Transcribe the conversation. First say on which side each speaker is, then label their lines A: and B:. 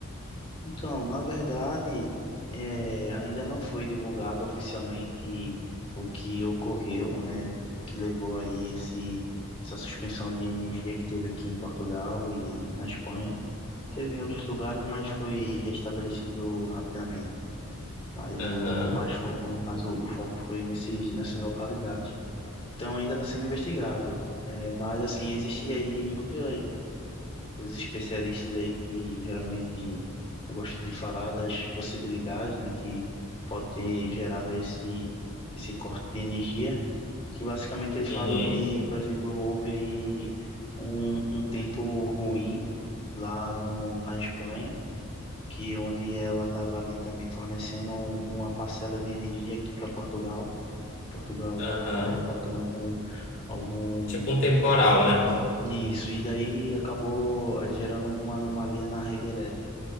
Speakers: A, on the left; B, on the left.
A: Então, na verdade, eh, ainda não foi divulgado oficialmente o que ocorreu, né, que levou aí esse, essa suspensão de energia que teve aqui em Portugal e na Espanha. Teve em outros lugares, mas foi restabelecido rapidamente. Mas
B: Aham,
A: o mais, fo- o, mas o, o foco foi nesses, nessas localidades. Então ainda está sendo investigado. Eh, mas assim, existe aí muitas os especialistas aí que geralmente gostam de falar das possibilidades, né, que pode ter gerado esse, esse corte de energia, que basicamente eles
B: uhum,
A: falam de, por exemplo, houve aí um, um tempo ruim lá no, na Espanha, que onde ela estava ali também fornecendo um- uma parcela de energia aqui para Portugal. Portugal
B: aham.
A: estava importando algum, algum
B: Tipo um temporal, né?
A: isso, e daí acabou eh, gerando uma anomalia na rede elétrica.